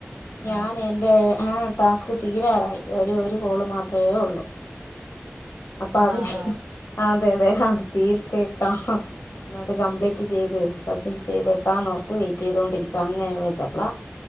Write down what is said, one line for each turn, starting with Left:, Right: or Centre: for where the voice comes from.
Right: ആണോ
Left: ഞാന് എന്റെ ആ ടാസ്ക് തീരാറായി ഒരേ ഒരു ഗോള് മാത്രവേ ഉള്ളു. അപ്പ
Right: ഓ
Left: അത്
Right: ആണോ
Left: ആ അതെ അതെ അത് തീർത്തേക്കാം ന്നത് കംപ്ലീറ്റ് ചെയ്ത് സബ്മിറ്റ് ചെയ്തെ ക്കാനോർത്ത് വെയിറ്റ് ചെയ്തോണ്ടിരിക്കുവ അങ്ങനെ വിളിച്ചപ്പള